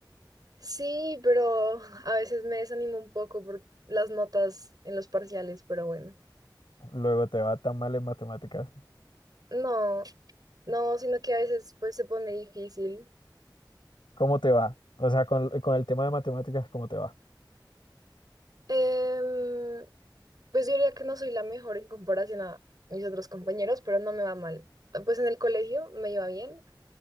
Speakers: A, on the right (about 55°); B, on the left (about 80°).
A: Sí, pero <laughs> a veces me desanimo un poco por las notas en los parciales, pero bueno.
B: Luego te va tan mal en matemáticas.
A: No, no, sino que a veces pues se pone difícil.
B: ¿Cómo te va? O sea, con, con el tema de matemáticas, ¿cómo te va?
A: Em, pues yo diría que no soy la mejor en comparación a mis otros compañeros, pero no me va mal. Pues en el colegio me iba bien,